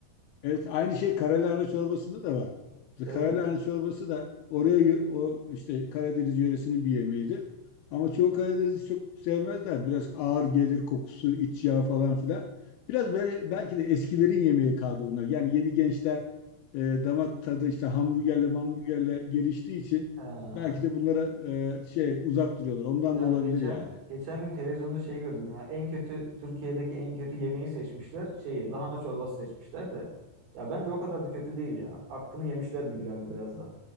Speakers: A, on the left; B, on the right.
A: Evet aynı şey karalahana çorbasında da var. İşte
B: Evet.
A: karalahana çorbası da oraya yö- o işte Karadeniz yöresinin bir yemeğidir. Ama çoğu Karadeniz'i çok sevmezler. Biraz ağır gelir kokusu, iç yağ falan filan. Biraz böyle belki de eskilerin yemeği kaldı bunlar. Yani yeni gençler e, damak tadı işte hamburgerle hamburgerle geliştiği için
B: Ha.
A: belki de bunlara e, şey uzak duruyorlar. Ondan
B: Ya
A: da olabilir
B: geçen
A: yani.
B: geçen gün televizyonda şeyi gördüm ya. En kötü Türkiye'deki en kötü yemeği seçmişler. Şeyi lahana çorbası seçmişler de. Ya bence o kadar da kötü değil ya. Hakkını yemişler gibi geldi biraz da.